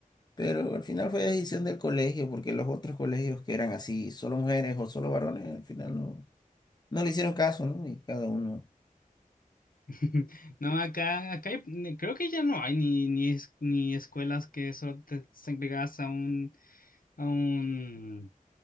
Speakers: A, on the left; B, on the left.
A: pero al final fue decisión del colegio, porque los otros colegios que eran así, solo mujeres o solo varones, al final no, no le hicieron caso, ¿no? Y cada uno,
B: <laughs> No, acá, acá hay- creo que ya no hay ni, ni, es- ni escuelas que solo te segregas a un, a un,